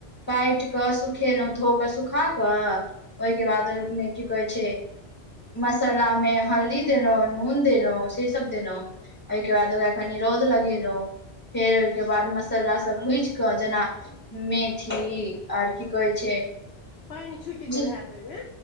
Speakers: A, on the left; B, on the left.
A: कइटि क सुखेलहुँ धो कऽ सुखा कऽ ओहिके बादहिमे की कहै छै मसाला मे हल्दी देलहुं नून देलहुँ से सब देलहुँ एहिके बादखनि रोद लगे रहौ फेर ओहिके बाद मसालासभ भुजि कऽ जेना मे ी आर की कहै छै
B: पानि छुटि गेल
A: जी
B: गेल हेत ओहिमे